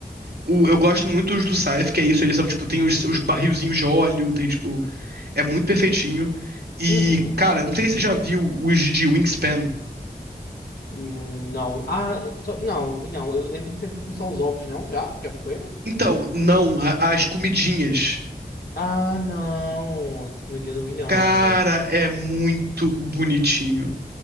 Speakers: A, on the right; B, on the left.
A: O- eu gosto muito dos do Scythe, que é isso, eles são, tipo, tem os, os barrilzinhos de óleo, tem, tipo, É muito perfeitinho. E,
B: Uhum.
A: cara, não sei se você já viu os de Wingspan.
B: Hum, Não. Ah, só- não, vi não. Eu lembro de ter... Não são os ovos, não? Já? Já vi com ele?
A: Então, não, a- as comidinhas.
B: Ah, não. Essa comidinha eu não vi, não.
A: Cara, é muito bonitinho.